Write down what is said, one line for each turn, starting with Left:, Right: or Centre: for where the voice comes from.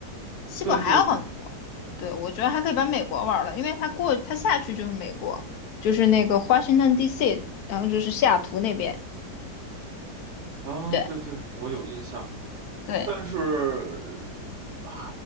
Left: 西部还有很多。
Right: 对对对
Left: 对，我觉得还可以把美国玩了，因为它过它下去就是美国，就是那个 Washington D.C.，然后就是西雅图那边。
Right: 啊，
Left: 对
Right: 对对，我有印象。
Left: 对，
Right: 但是啊